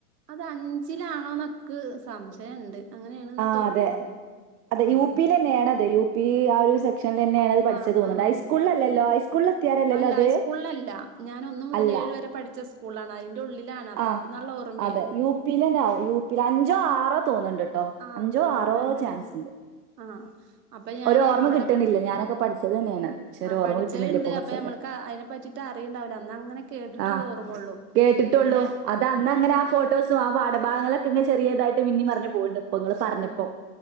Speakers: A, on the right; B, on the right.
A: അത് അഞ്ചിലാണോന്നൊക്ക് സംശയണ്ട് അങ്ങനെയാണെന്നാ
B: ആ
A: തോന്നണത്
B: അതെ അതെ
A: ആഹ്
B: യു പില് തന്നെയാണതെ യു പി ആ ഒരു സെ ക്ഷൻ തന്നെയാണ്ത് പഠിച്ചത്
A: ആഹ് ആഹ്
B: തോന്നണ്
A: ആഹ്
B: ഹൈസ്കൂളിലല്ലോ
A: ആഹ്
B: ഹൈസ്കൂളിൽ എത്തിയാലല്ലോ
A: അല്ല
B: അത്
A: ഹൈസ്കൂളിലല്ല ഞാൻ ഒന്ന് മുതൽ
B: അല്ല
A: ഏഴ് വരെ പഠിച്ച സ്കൂളാണ് അതിന്റെ ഉള്ളിലാണ് അപ്പൊ
B: ആഹ്
A: അവിടുന്നുള്ള ഓർമ്മയാണ്
B: അതെ യു പി തന്നെ യുപി അഞ്ചോ ആറോ തോന്നുണ്ട ട്ടോ
A: ആഹ്
B: അഞ്ചോ
A: തോന്നുന്നുണ്ട്
B: ആറോ
A: അങ്ങനെ
B: ചാൻസ് ഉണ്ട്
A: ആഹ് അപ്പൊ ഞാന്
B: ഒരു ഓർമ്മ
A: ഇവിടൊക്കെ
B: കിട്ടണില്ല ഞാനൊക്കെ പഠിച്ചത് തന്നെയാണ് അത് പക്ഷെ
A: ആ
B: ഒരു ഓർമ്മ
A: പഠിച്ചത്ണ്ട്
B: കിട്ടണില്ലേ ഇപ്പൊ കുറച്ചടെ
A: അപ്പൊ നമ്മൾക്ക് അതിനെ പറ്റിട്ട് അറിയണ്ടാവില്ല അന്ന് അങ്ങനെ കേട്ടിട്ടുള്ള
B: ആ
A: ഓർമ്മള്ളു
B: കേട്ടിട്ടുള്ളൂ
A: പിന്നെ
B: അത അന്ന അങ്ങ ടൂ ആ ഫോട്ടോസും ആ പാഠഭാഗങ്ങളൊക്കെ ഇ ചെറിയതായിട്ട് മി പറഞ്ഞ <unintelligible> പ്പങ്ങ പറഞ്ഞപ്പോ
A: ഉം